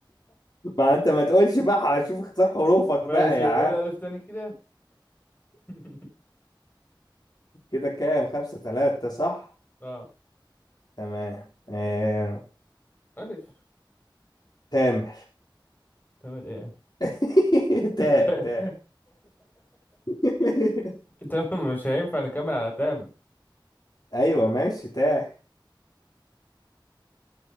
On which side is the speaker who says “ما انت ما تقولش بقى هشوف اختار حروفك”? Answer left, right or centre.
Left